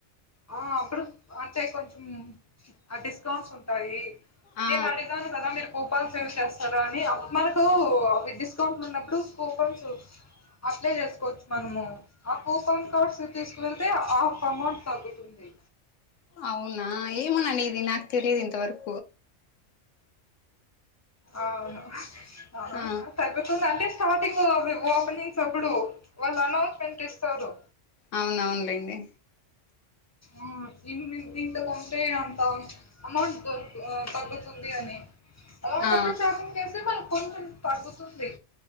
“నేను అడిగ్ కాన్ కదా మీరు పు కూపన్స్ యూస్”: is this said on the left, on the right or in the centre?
Left